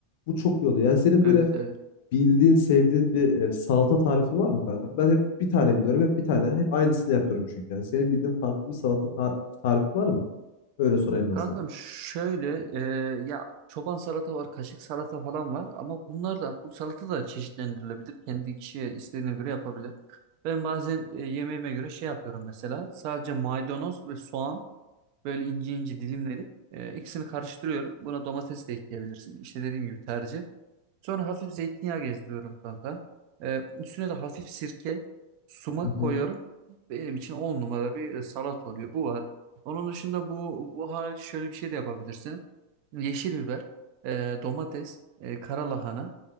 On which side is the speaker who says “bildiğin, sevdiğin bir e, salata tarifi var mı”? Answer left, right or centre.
Left